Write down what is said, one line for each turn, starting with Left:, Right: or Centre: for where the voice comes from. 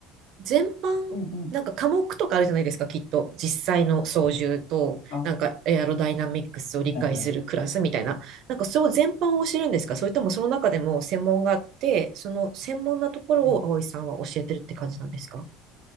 Right: 全般、
Left: うんうん。
Right: なんか科目とかあるじゃないですか、きっと。実際の操縦と、
Left: あ、は
Right: なんかエアロダイナミックスを理解するクラスみたいな。
Left: いはいはい。
Right: なんかそれを全般を知るんですかそれともその中でも専門があって、その専門なところを葵さんは教えてるって感じなんですか
Left: うん